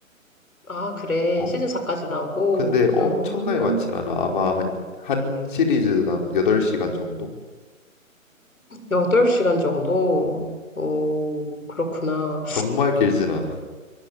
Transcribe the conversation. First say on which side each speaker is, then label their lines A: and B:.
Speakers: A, on the left; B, on the left.
A: 아, 그래.
B: 어
A: 시즌 4까지 나오고.
B: 근데 엄청나게
A: 음,
B: 많진 않아 아마 한 한 시리즈당 8시간 정도
A: 8시간 정도.
B: 음막
A: 오, 그렇구나.
B: 정말 길진 않아